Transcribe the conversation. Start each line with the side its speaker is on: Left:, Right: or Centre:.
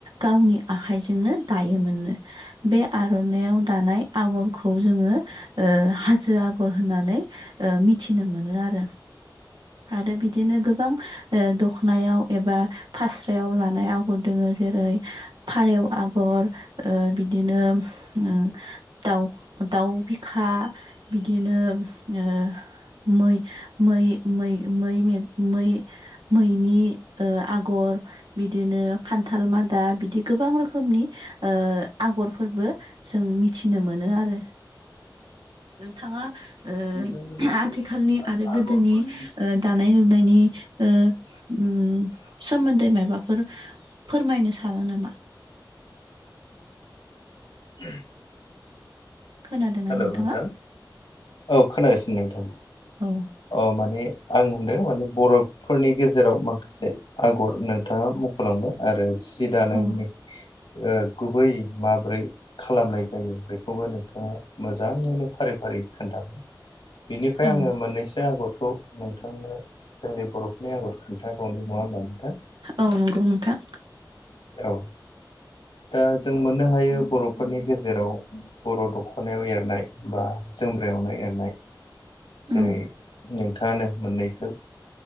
Right: गावनि आखाइजोंनो दायोमोननो बे आर'नायाव दानाय आगरखौ जोङो ओ हाजो आगर होननानै ओ मिथिनो मोनो आरो। आरो बिदिनो गोबां ओ दखनायाव एबा फास्रायाव लानाय आगर दोङो जेरै फारौ आगर ओ बिदिनो उम दाउ दाउ बिखा बिदिनो ओ मै मै मै मै मे मै मैनि ओ आगर बिदिनो खान्थाल मादा बिदि गोबां रोखोमनि ओ आगरफोरबो जों मिथिनो मोनो आरो। नोंथाङा ओ
Left: बेजों लोगोसे
Right: आथिखालनि
Left: आं
Right: आरो गोदोनि
Left: आगरफोरनि
Right: दानाय लुनायनि ओ ओम सोमोन्दै माबाफोर फोरमायनो सानो नामा?
Left: उ
Right: खोनादोंना
Left: हेलौ
Right: नोंथाङा
Left: नोंथां, औ खोनागासिनो नोंथां।
Right: औ
Left: औ माने आं होनदों माने बर' फोरनि गेजेराव माखासे आगर नोंथाङा मुख'लांबाय आरो सि दानायनि
Right: औ
Left: ओ गुबै माब्रै खालामनाय जायो बेखौबो नोंथाङा मोजाङैनो फारि फारि खोन्थागोन बेनिफ्राय
Right: औ
Left: आङो मोननैसो आगरखौ नोंथांनो जोंनि बर'फोरनि आगर खोन्थााबावनाय नङा होमबा नोंथां?
Right: औ नंगौ नोंथां।
Left: औ। दा जों मोननो हायो बर'फोरनि गेजेराव बर' दख' नायाव एरनाय बा जोमग्रायावनो एरनाय जेरै
Right: औ
Left: नोंथाङानो मोननैसो